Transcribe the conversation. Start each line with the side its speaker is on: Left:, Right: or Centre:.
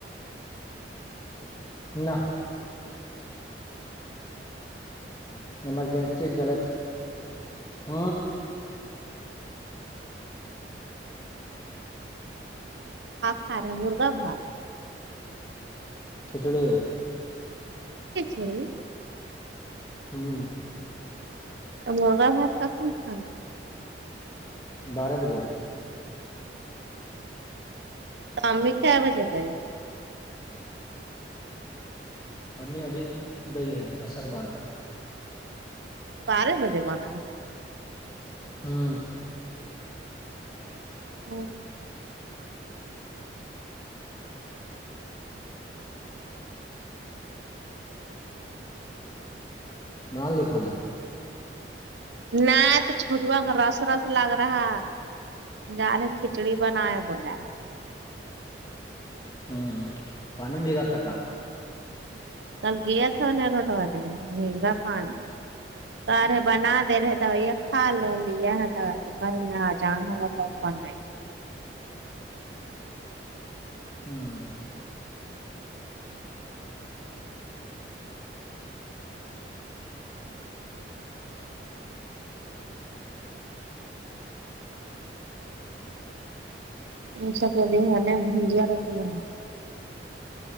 Left: نہ <inaudible> ایمرجینسی سے جلد ہ
Right: سھار ہے مرغا بھات
Left: کھڑے <unintelligible>
Right: چھوڑی <unintelligible>
Left: ہاں
Right: مغا بات ککن ک
Left: بارہ بجے
Right: شام میں چ بجے گئی
Left: امی ابھی گئی ہے عصر باد
Right: بارہ بجے بنا
Left: ہاں <unintelligible>
Right: او <inaudible>
Left: م لکھانا <unintelligible>
Right: نہیں تو چھوٹوا کا رس رس لگ رہا جا نے کھچڑی بنا ہے بول نا
Left: ہوں پانی بگا تھا کا
Right: ت گیا تھا ن روڈ وال د مگا پانی گ رہ بنا دے رہے دو یہ کھا لو ل تو میں آ جان ہو <unintelligible> تب بنائیے
Left: ہوں
Right: ا سب بھی ہے ن بھجیا روٹی بنا دو